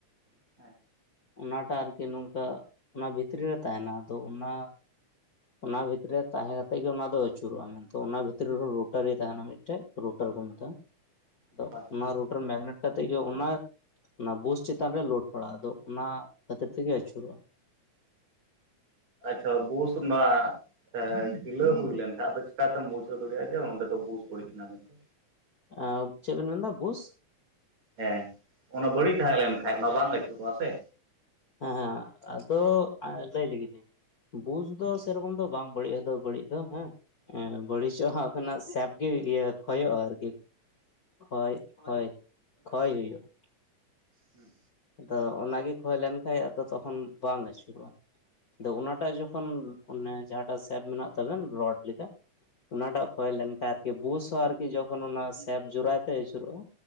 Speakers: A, on the right (about 65°); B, on the left (about 40°).
A: ᱦᱮᱸ᱾
B: ᱚᱱᱟᱴᱟᱜ ᱟᱨᱠᱤ ᱱᱚᱝᱠᱟ, ᱚᱱᱟ ᱵᱷᱤᱛᱨᱤ ᱨᱮ ᱛᱟᱦᱮᱸᱱᱟ ᱟᱫᱚ ᱚᱱᱟ ᱚᱱᱟ ᱵᱷᱤᱛᱨᱤ ᱛᱟᱦᱮᱸ ᱠᱟᱛᱮᱫ ᱜᱮ ᱚᱱᱟᱫᱚ ᱟᱹᱪᱩᱨᱚᱜ-ᱟ, ᱢᱮᱱᱛ ᱚᱱᱟ ᱵᱷᱤᱛᱨᱤ ᱨᱮᱦᱚᱸ ᱨᱩᱴᱟᱨᱤ ᱛᱟᱦᱮᱸᱱᱟ ᱢᱤᱫᱴᱮᱡ᱾ ᱨᱩᱴᱟᱨ ᱠᱚ ᱢᱮᱛᱟᱜ-ᱟ, ᱟᱫᱚ
A: ᱦᱳᱭ
B: ᱚᱱᱟ ᱨᱩᱴᱟᱨ ᱢᱮᱜᱱᱮᱴ ᱠᱟᱛᱮᱫ ᱜᱮ ᱚᱱᱟ, ᱚᱱᱟ ᱵᱩᱥ ᱪᱮᱛᱟᱱ ᱨᱮ ᱞᱳᱰ ᱯᱟᱲᱟᱜ-ᱟ ᱟᱫᱚ ᱚᱱᱟ ᱠᱷᱟᱹᱛᱤᱨ ᱛᱮᱜᱮ ᱟᱹᱪᱩᱨᱚᱜ-ᱟ᱾
A: ᱟᱪᱪᱷᱟ ᱵᱩᱥ ᱢᱟ ᱮ ᱰᱷᱤᱞᱟᱹ ᱦᱩᱭ ᱞᱮᱱᱠᱷᱟᱱᱡ ᱟᱫᱚ ᱪᱤᱠᱟᱛᱮᱢ ᱵᱩᱡᱷᱟᱹᱣ ᱫᱟᱲᱮᱭᱟᱜ-ᱟ ᱡᱮ ᱚᱸᱰᱮ ᱫᱚ ᱵᱩᱥ ᱵᱟᱹᱲᱤᱡ ᱠᱟᱱᱟ ᱢᱮᱱᱛᱮ?
B: ᱟᱻ ᱪᱮᱫ ᱵᱮᱱ ᱢᱮᱱᱫᱟ ᱵᱩᱥ
A: ᱦᱮᱸ ᱚᱱᱟ ᱵᱟᱹᱲᱤᱡᱽ ᱛᱟᱦᱮᱸ ᱞᱮᱱᱠᱷᱟᱡ ᱢᱟ ᱵᱟᱝ ᱟᱹᱪᱩᱨᱚᱜ-ᱟ ᱥᱮ᱾
B: ᱦᱮᱸ ᱦᱮᱸ ᱟᱫᱚ ᱞᱟᱹᱭ ᱞᱮᱜᱮ ᱞᱤᱧ ᱵᱩᱥ ᱫᱚ ᱥᱮᱨᱚᱠᱚᱢ ᱫᱚ ᱵᱟᱝ ᱵᱟᱹᱲᱤᱡ ᱟᱫᱚ ᱵᱟᱹᱲᱤᱡ ᱫᱚ ᱦᱮᱸ ᱵᱟᱹᱲᱤᱡᱚᱜ ᱦᱚᱸ ᱟᱵᱮᱱᱟᱜ ᱥᱮᱯ ᱜᱮ ᱤᱭᱟᱹ ᱠᱷᱚᱭᱚᱜ-ᱟ ᱟᱨᱠᱤ᱾ ᱠᱷᱚᱭ ᱠᱷᱚᱭ ᱠᱷᱚᱭ ᱦᱩᱭᱩᱜ-ᱟ᱾
A: ᱦᱮᱸ᱾
B: ᱟᱫᱚ ᱚᱱᱟᱜᱤ ᱠᱷᱚᱭ ᱞᱮᱱᱠᱷᱟᱡ ᱟᱫᱚ ᱛᱚᱠᱷᱚᱱ ᱵᱟᱝ ᱟᱹᱪᱩᱨᱚᱜ-ᱟ᱾ ᱟᱫᱚ ᱚᱱᱟᱴᱟᱜ ᱡᱚᱠᱷᱚᱱ ᱚᱱᱮ ᱡᱟᱦᱟᱸᱴᱟᱜ ᱥᱮᱯ ᱢᱮᱱᱟᱜ ᱛᱟᱵᱮᱱ ᱨᱚᱰ ᱞᱮᱠᱟ ᱚᱱᱟᱴᱟᱜ ᱠᱚᱭ ᱞᱮᱱᱠᱷᱟᱱ ᱟᱨᱠᱤ ᱵᱩᱥ ᱦᱚᱸ ᱟᱨᱠᱤ ᱡᱚᱠᱷᱚᱱ ᱚᱱᱟ ᱥᱮᱯ ᱡᱳᱨᱟᱭ ᱛᱮ ᱟᱹᱪᱩᱨᱚᱜ-ᱟ᱾